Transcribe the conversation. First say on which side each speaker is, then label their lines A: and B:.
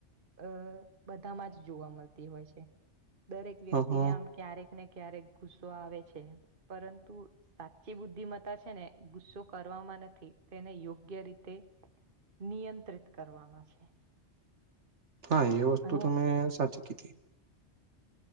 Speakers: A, on the right; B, on the right.
A: અહ બધામાં જ જોવા મલતી હોય છે. દરેક વ્યક્તિને
B: હ હ
A: આમ ક્યારેક ને ક્યારેક ગુસ્સો આવે છે, પરંતુ સાચી બુદ્ધિમતા છે ને ગુસ્સો કર કરવામાં નથી. તેને યોગ્ય રીતે નિયંત્રિત કરવામાં છે.
B: હા એ વસ્તુ
A: અને
B: તમે સાચી કીધી.